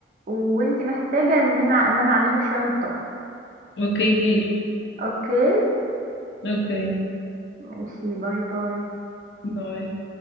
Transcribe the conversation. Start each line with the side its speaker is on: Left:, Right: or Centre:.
Right: وانتي محتاجة ان انا ان انا اعلمك شوية من الطبخ
Left: أوكي ديل
Right: اوكي
Left: أوكي
Right: ماشي باي باي
Left: باي